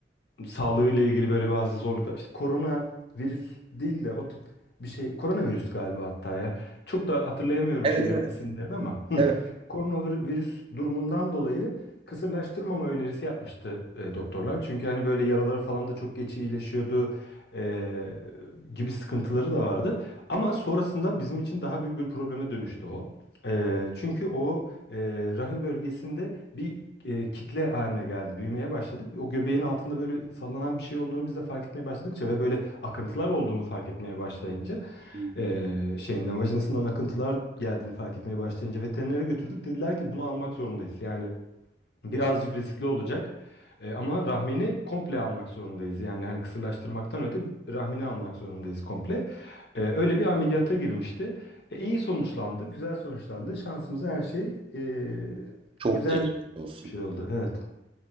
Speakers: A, on the left; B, on the right.
A: sağlığıyla ilgili böyle bazı zorluklar. İşte korona virüs değil de o tip bir şey. Koronavirüs galiba hatta ya. Çok da hatırlayamıyorum
B: Evet
A: şeylerin
B: evet
A: isimlerini ama. Hı.
B: evet.
A: Koronavirüs durumundan dolayı kısırlaştırmama önerisi yapmıştı e, doktorlar. Çünkü hani böyle yaraları falan da çok geç iyileşiyordu e, gibi sıkıntıları da vardı. Ama sonrasında bizim için daha büyük bir probleme dönüştü o. E, çünkü o e, rahim bölgesinde bir e, kitle haline geldi, büyümeye başladı. O göbeğin altında böyle sallanan bir şey olduğunu biz de fark etmeye başladıkça ve böyle akıntılar olduğunu fark etmeye başlayınca
B: Hmm.
A: ee, şeyinden vajinasından akıntılar geldiğini fark etmeye başlayınca veterinere götürdük. Dediler ki bunu almak zorundayız. Yani birazcık riskli olacak. Ee, ama rahmini komple almak zorundayız. Yani hani kısırlaştırmaktan öte rahmini almak zorundayız komple. Ee, öyle bir ameliyata girmişti. E, iyi sonuçlandı, güzel sonuçlandı. Şansımıza her şey e,
B: Çok
A: güzel
B: geçmiş olsun.
A: bir şey oldu. Evet.